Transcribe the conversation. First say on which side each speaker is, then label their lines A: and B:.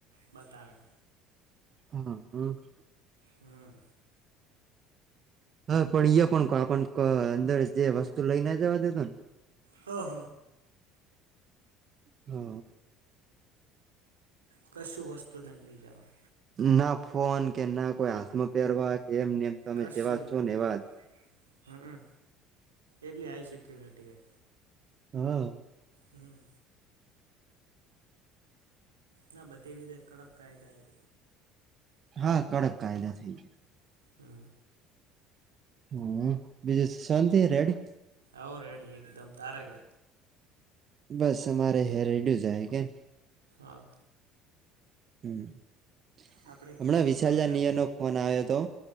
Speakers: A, on the right; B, on the right.
A: બતાવે.
B: હા હ.
A: હમ
B: હા પણ ઈ પણ આપ અંદર જે વસ્તુ લઈને જવા દેતો ન
A: હ હ.
B: હ અ.
A: કશું વસ્તુ નઈ લઈ જાવા
B: ના ફોન કે ના કોઈ હાથમાં પહેરવા કે એમને એમ તમે
A: કશું
B: જેવા છો
A: જ નહીં
B: ને એવા જ.
A: હમ એટલી આઈ સિક્યોરિટી હે.
B: હ અ.
A: હમ ના બધી રીતે કડક કાયદા હે.
B: હા કડક કાયદા થઈ ગયા.
A: હમ
B: હમ્મ બીજું સુ શાંતિ હે રેડી.
A: હવ રેડી એકદમ તારે કે.
B: બસ અમારે હે રેડયો જાય કેન.
A: હા.
B: હમ્મ
A: આપણે એક
B: હમણાં
A: મિત્ર વડોદરા
B: વિશાલયા નિયર નો ફોન આયો તો